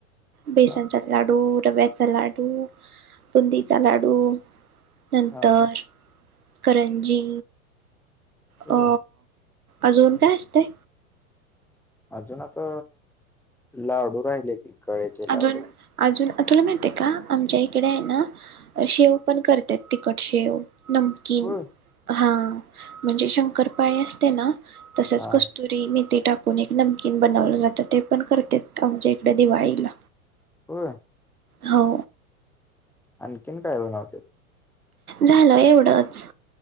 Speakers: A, on the right (about 80°); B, in the centre.
A: बेशनचा
B: हा
A: लाडू रव्याचा लाडू, बुंदीचा लाडू. नंतर
B: हा
A: करंजी
B: होय.
A: अ अजून काय असतंय?
B: अजून आता, लाडू राहिले. की कळ्याचे
A: अजून,
B: लाडू
A: अजून तुला माहिते का? आमच्या इकडे हाय ना अ शेव पण कर त्यात तिकट शेव. नमकीन
B: होय
A: हा. म्हणजे शंकरपाळी असते ना तसेच
B: हा
A: कस्तुरी मेती टाकून एक नमकीन बनवलं जातं, ते पण करत्यात आमच्या इकडं दिवाळीला.
B: होय?
A: हो.
B: आणखीन काय बनवत्यात?
A: झालं एवढंच.